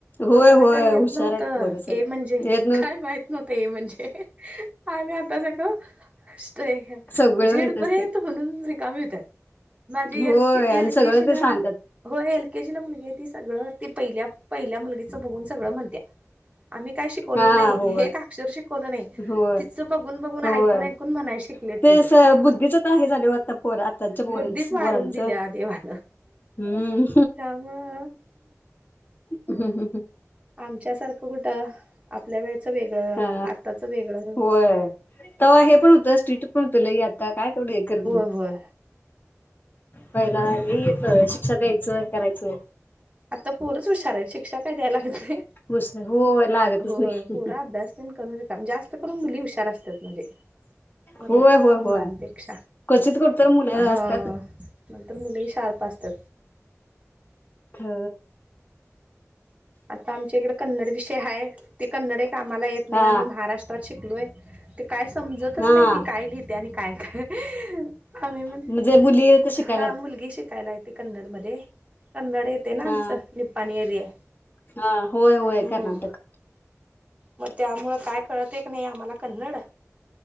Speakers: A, on the left; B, on the right.
A: होय
B: आम्हाला
A: होय
B: काय येत
A: हुशार
B: नव्हत
A: आहेत पोरं सगळी
B: ए म्हणजे
A: येत
B: काय माहित नव्हतं ए म्हणजे आणि आता सगंळ
A: सगळं
B: झेडपर्यंत
A: माहित असते
B: म्हणून रिकामी होत्यात. माझी
A: होय
B: एलके
A: आणि
B: एलकेजीला
A: सगळं ते सांगतात
B: हो एल के जी ला मुलगी आहे, ती सगळं ती पहिल्या पहिल्या मुलगीचं बघून सगळं म्हणते्या आम्ही काय शिकवलो
A: हा
B: नाही
A: होय
B: हे एक अक्षर शिकवलं नाही.
A: होय
B: तिचं बघून बघून ऐकून
A: होय
B: ऐकून म्हणाय शिकलेत.
A: ते बुद्धीच वीकास हे झाले हो आता पोर आताच्या पोरांच
B: बुद्धीच वाढवून
A: पोरांचं
B: दिल्या देवानं
A: हम्म
B: त्यामुळं
A: ह.
B: आमच्या सारखं कुठं आपल्या वेळेचं वेगळं
A: हा
B: आताचं वेगळं
A: तेव्हा हे पण होतं स्ट्रीक्त पण होत लई आता काय तेवढं हे करत
B: होय
A: नाही.
B: होय
A: पहिला येत शिक्षा द्यायचं करायचं.
B: आता पोरच हुशार आहे शिक्षा काय द्यायला लागते
A: घुस होय लागतच
B: होय
A: नाही
B: पोरा अभ्यास करून रिकामं जास्त करून मुली हुशार असत्यात म्हणजे
A: होय होय
B: मुलांपेक्षा
A: होय क्वचित कुठतर मुलं
B: हा
A: असतात
B: नंतर मुली शार्प असतात
A: हा.
B: आता आमच्या इकडे कन्नड विषय आहे ते कन्नड कामाला येत नाही
A: हा
B: आम्ही महाराष्ट्रात शिकलोय. ते काय समजतच
A: हा
B: नाही ती काय लिहिते आणि काय का आम्ही म्हण
A: म्हणजे मुली येत शिकायलात
B: हा मुलगी शिकायला येते कन्नड मध्ये, कन्नड येते ना
A: हा
B: आमचं निप्पाणी एरिया
A: हा होय होय
B: हम्म
A: कर्नाटक.
B: मग त्यामुळं काय कळत एक नाही आम्हाला कन्नड.